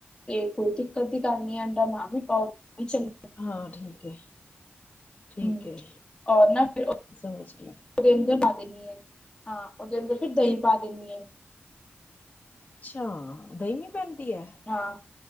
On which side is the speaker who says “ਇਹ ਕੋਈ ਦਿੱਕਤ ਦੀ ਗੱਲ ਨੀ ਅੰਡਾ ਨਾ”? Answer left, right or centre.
Left